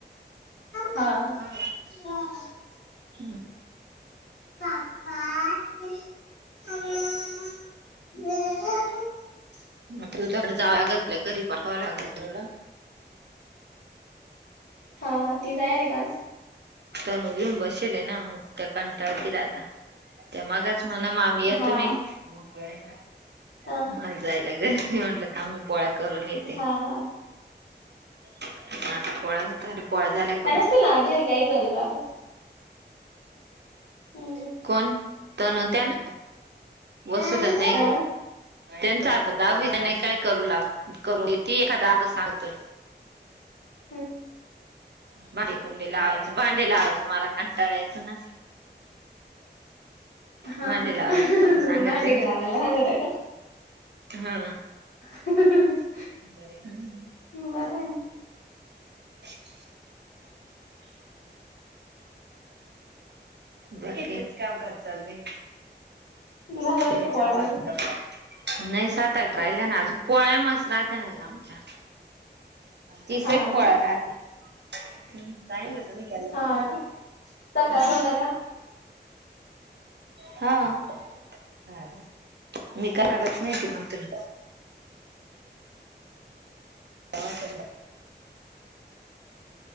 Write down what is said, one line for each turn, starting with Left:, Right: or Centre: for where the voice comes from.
Left: हा हा,
Right: हा
Left: <inaudible>
Right: हू हू,
Left: पापा <unintelligible> <inaudible>
Right: म तूला <unintelligible> जावं लागल म्हणलं घरी पाठवावं लागल तुला
Left: हा हा ती जायेले का आज?
Right: तणू घेऊन बशिलेना मंग त्या कंटाळतील आता. ते मगाच म्हण मामी या
Left: हा.
Right: तुम्ही मोकळे हाय का?
Left: हा.
Right: मलां जायला घरी म्हटलं थांब पोळ्या करून येते.
Left: हा हा
Right: आता पोळ्या होत आलं पोळ्या झाल्या का म
Left: हिला घरी काय <unintelligible> लागत हम्म.
Right: कोण तणून त्यान वसुदा
Left: हा
Right: नाही त्यांच आता दहावीत तेन नाही काय करू लाग करू देती एखादा <unintelligible> सांगतोय
Left: हू
Right: भांडी कुंडी लावाय भांडे लावायचं मला कंटाळा येतो ना.
Left: हा
Right: भांडे
Left: हा.
Right: लावायचं काम सांगते
Left: भांडे
Right: ना
Left: लावायला सांगत आहे का?
Right: हा.
Left: <unintelligible>
Right: हम्म
Left: बरं आहे
Right: अ <inaudible> बाकी हिताचं कामकाज चालय
Left: झालं
Right: <unintelligible>
Left: नाही का पोळ्या अजून
Right: नाय सात-आठ राहिला ना अजून पोळया मस राहत नाय ग आमच्या तीस
Left: हा
Right: एक पोळ्या
Left: ना
Right: राहत्या, हूं ताईनला तुम्ही केला की
Left: हा
Right: नाय
Left: का
Right: म
Left: सकाळ संध्याकाळ
Right: हा हा मी करणारच नाय ती म्हणती मी हा पडला